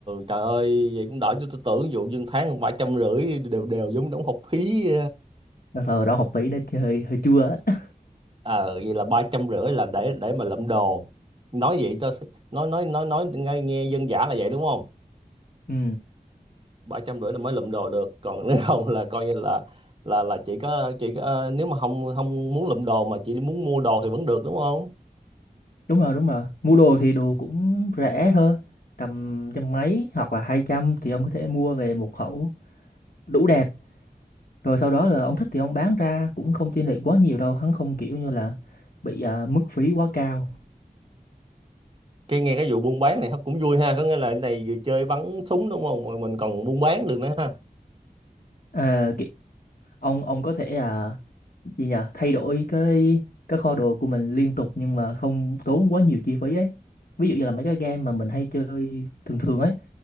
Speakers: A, on the right (about 35°); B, on the left (about 70°).
A: trời ơi vậy cũng đỡ cho tôi tưởng ví dụ như tháng ba trăm rưỡi đều đều giống đóng học phí
B: nên thời đó học phí nó hơi hơi chua á <laughs>
A: ờ vậy là ba trăm rưỡi là để để mà lụm đồ nói vậy cho nói nói nói nói nghe, nghe dân dã là vậy đúng không
B: ừ
A: ba trăm rưỡi là mới lụm đồ được còn nếu không là coi như là là là chỉ có chỉ có, ờ, nếu mà không không muốn lụm đồ mà chỉ muốn mua đồ thì vẫn được đúng không
B: đúng rồi đúng rồi mua đồ thì đồ cũng rẻ thôi tầm trăm mấy hoặc là hai trăm thì ông có thể mua về một khẩu đủ đẹp Rồi sau đó là ông thích thì ông bán ra cũng không chênh lệch quá nhiều đâu, hắn không kiểu như là bị à, mức phí quá cao.
A: cái nghe cái vụ buôn bán này cũng vui ha có nghĩa là cái này vừa chơi bắn súng đúng không mà mình còn buôn bán được nữa ha
B: À, kiểu, ông ông có thể à, gì nhỉ, thay đổi cái cái kho đồ của mình liên tục nhưng mà không tốn quá nhiều chi phí ấy. Ví dụ như là mấy cái game mà mình hay chơi thường thường ấy